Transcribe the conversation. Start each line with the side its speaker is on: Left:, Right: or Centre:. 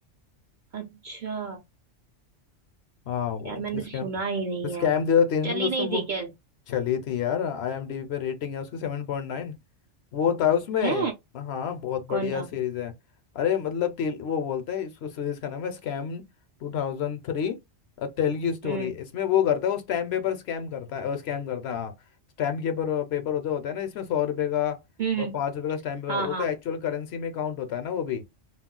Right: अच्छा
Left: हाँ वो
Right: यार मैंने
Left: स्कैम
Right: सुना ही नहीं
Left: स्कैम
Right: है
Left: 2003
Right: चली
Left: में उसमें
Right: नहीं
Left: वो
Right: थी क्या
Left: चली थी यार आईएमडीबी पे रेटिंग है उसकी सेवन पॉइंट नाइन वो था उसमें
Right: है
Left: हाँ बहुत बढ़िया
Right: कौन था
Left: सीरीज है अरे मतलब तेल वो बोलते हैं इसको सीरीज का नाम है स्कैम टू थाउजेंड थ्री तेलगी स्टोरी
Right: हम्म
Left: इसमें वो करता है वो स्टैम्प पेपर स्कैम करता है स्कैम करता है हाँ स्टैम्प पेपर पेपर होते होता है ना इसमें सौ रुपए का
Right: हम्म
Left: और
Right: हम्म,
Left: पाँच रुपए का स्टैम्प पेपर
Right: हाँ
Left: वो
Right: हाँ
Left: तो एक्चुअल करेंसी में काउंट होता है ना वो भी